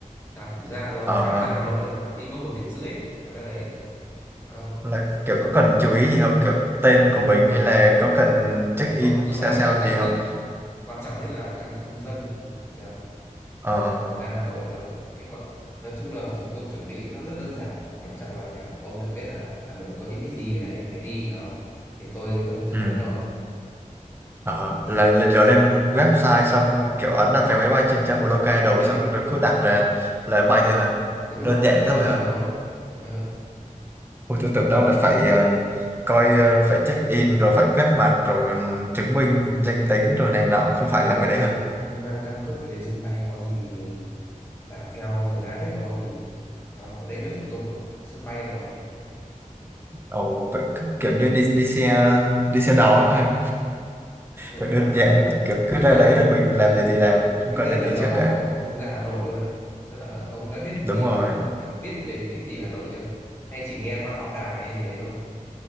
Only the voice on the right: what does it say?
Ờ
là kiểu có cần chú ý gì không? Kiểu tên của mình hay là có cần check
in
sao
sao
gì không?
Ờ
ừ.
Ờ, là, là giờ lên website xong kiểu ấn đặt vé máy bay trên trang follow ca đầu
xong rồi cứ đặt là là bay thôi hả?
Đơn giản
thế thôi
hả?
Ôi tôi tưởng đâu là phải ờ, coi ờ, phải check in rồi phải quét mặt rồi ừ, chứng minh danh tính rồi này nọ không phải
là mấy đấy hả?
Ồ vậy cứ kiểu như đi đi xe đi xe đò hả?
Vậy đơn giản kiểu cứ
ra
đấy rồi mình
làm gì thì làm không
cần
làm
gì
trước cả.
Đúng
rồi.